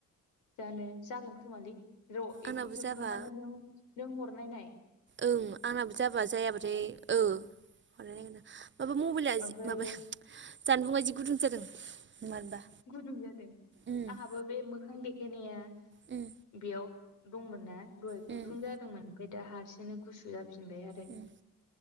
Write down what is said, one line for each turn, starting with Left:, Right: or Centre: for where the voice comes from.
Left: जानो जागोन खोमालै र' बेखौ
Right: आंनाबो
Left: जोबखांनानै
Right: जाबा
Left: नों नों हरनाय नाय।
Right: ओं आंनाबो जाबा जायाबाथाय औ होन माबा मबाइल
Left: ओमफ्रायो
Right: माबा जानफुंबाय जि गुदुं जादों मानोबा।
Left: गुदुं जादों
Right: उम
Left: आंहाबो बे मोखां देखायनाया
Right: उम
Left: बेयाव दंमोन ना दहाय
Right: उम
Left: गुदुं जादोंमोन ओमफ्राय दा हारसिंनो गुसु जाफिनबाय आरो
Right: उम